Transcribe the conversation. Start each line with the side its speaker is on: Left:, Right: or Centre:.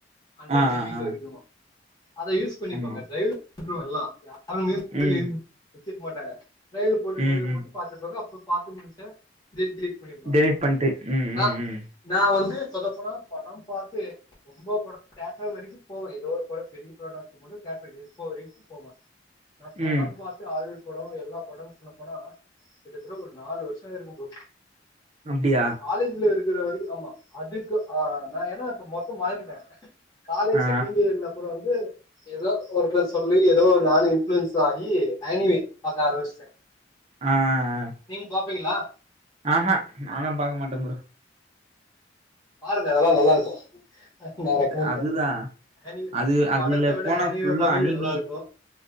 Left: ஹண்ட்ரட்
Right: ஆ
Left: ஜீபி
Right: ஆ ஆ
Left: வரைக்கு அத யூஸ் பண்ணிப்பாங்க
Right: ஆமா
Left: டிரைவர்ல வந்துரு எல்லா யாருமே <inaudible>
Right: ம்
Left: வச்சிக்க மாட்டாங்க ட்ரயலு போட்டு
Right: ம்
Left: ட்ரயலு
Right: ம்
Left: போட்டு பாத்துப்பாங்க அப்ப பாத்து முடுச்டே டெய்லி டெலிட் பண்ணி விடுவாங்க
Right: டெலிட் பண்ட்டு ம்
Left: நா
Right: ம் ம்
Left: நா வந்து சொல்லப்போனா படம் பாத்து ரொம்ப படம் தேட்டர் வரைக்கும் போவே எதோ ஒரு படம் பெரிய படம் இருக்கும்போது தியேட்டர்க்கு இப்போ வரைக்கும் போவே நான் படம்
Right: ம்
Left: பாத்து அழு படோ எல்லா படம்னு சொன்ன போனா கிட்டத்தட்ட ஒரு நாலு வர்ஷோ ஆயிருக்கும் ப்ரோ
Right: அப்டியா
Left: காலேஜ்ல இருக்குற வரைக்கும் ஆமா அதுக்கு ஆ நா ஏன்னா இப்ப மொத்தம் மாறிட்டேன் காலேஜ்
Right: ஆ ஆ
Left: செகண்ட் செகண்டியர்ல அப்பறோ வந்து எதோ ஒருத்தர் சொல்லி எதோ நானு இன்ஃபுளயன்ஸ் ஆகி ஆனிவே பாக்க ஆரம்பிச்சுட்டே
Right: ஆ ஆ அ
Left: நீங்க பாப்பீங்களா
Right: ஆ ஹா நாலா பாக்க மாட்டே ப்ரோ
Left: பாருங்க அதல்லா நல்லா இருக்கு நா ரெக்கமெண்ட்
Right: அதுதா
Left: பண்றே ஆனிவே
Right: அது அதுல
Left: படத்த விட
Right: போனா
Left: ஆனிவே
Right: ஃபுல்லா
Left: பாக்குறது
Right: அனிமி
Left: நல்லா இருக்கு